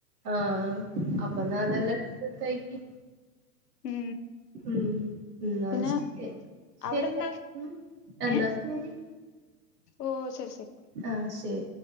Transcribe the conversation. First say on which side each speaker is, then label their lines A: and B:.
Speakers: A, on the right; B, on the left.
A: ആഹ് അപ്പന്നാ അതെല്ലാം എടുത്ത് കഴിക്ക്
B: ഉം
A: ഉം എന്ന
B: പിന്നെ
A: ശരി ശരി
B: അവിടെ എന്താ
A: മ് എന്നാ
B: ഏ
A: ശരി
B: ഓ ശരി ശരി
A: ആഹ് ശരി